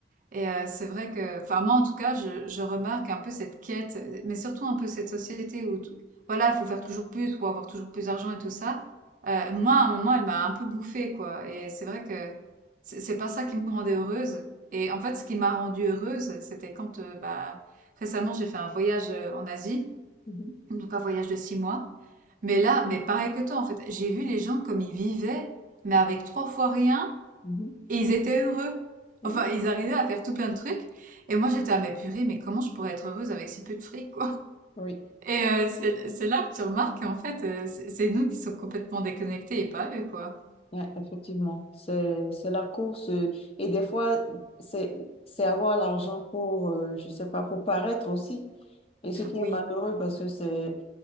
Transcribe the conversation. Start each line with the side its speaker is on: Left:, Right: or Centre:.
Right: Et heu, c'est vrai que enfin moi en tout cas, je je remarque un peu cette quête, mais surtout un peu cette société où t voilà, faut faire toujours plus, faut avoir toujours plus d'argent et tout ça. Heu, moi à un moment, elle m'a un peu bouffée quoi et c'est vrai que c'est c'est pas ça qui me rendait heureuse et en fait, ce qui m'a rendue heureuse, c'était quand, heu, bah, récemment, j'ai fait un voyage, heu, en Asie,
Left: Mhm,
Right: donc un voyage de 6 mois. Mais là mais pareil que toi en fait, j'ai vu les gens comme ils vivaient, mais avec 3 fois rien
Left: mhm.
Right: et ils étaient heureux.
Left: Oui,
Right: Enfin, ils arrivaient à faire tout plein de trucs. Et moi, j'étais à mais purée, mais comment je pourrais être heureuse avec si peu de fric, quoi? <laughs>
Left: oui.
Right: Et euh, c'est c'est là que tu remarques qu'en fait, euh, c'est c'est nous qui sommes complètement déconnectés et pas eux, quoi.
Left: Ouais, effectivement, c'est c'est la course euh, et des fois c'est c'est avoir l'argent pour euh, je sais pas pour paraître aussi et ce qui
Right: Oui,
Left: est malheureux parce que c'est